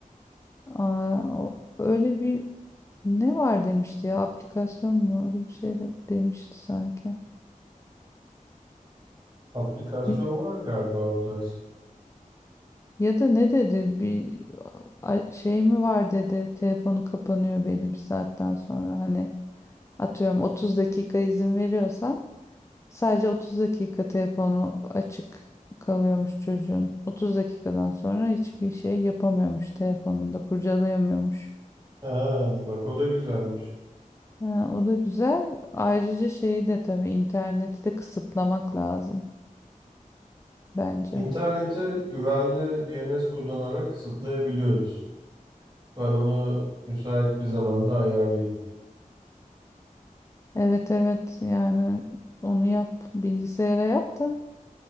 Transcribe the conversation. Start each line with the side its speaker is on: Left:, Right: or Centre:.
Left: Aa, o- öyle bir ne var demişti ya aplikasyon mu öyle bir şey de, demişti sanki.
Right: Aplikasyon
Left: Bir,
Right: var galiba o tarz.
Left: ya da ne dedi bir a- şey mi var dedi telefonu kapanıyor belli bir saatten sonra hani atıyorum 30 dakika izin veriyorsan Sadece 30 dakika telefonu açık kalıyormuş çocuğun. 30 dakikadan sonra hiçbir şey yapamıyormuş telefonunda, kurcalayamıyormuş.
Right: Ha, bak o da güzelmiş.
Left: Ha, o da güzel. Ayrıca şeyi de tabii interneti de kısıtlamak lazım bence.
Right: İnterneti güvenli DNS kullanarak kısıtlayabiliyoruz. Ben ona müsait bir zamanda ayarlayayım.
Left: Evet evet yani onu yap bilgisayara yap da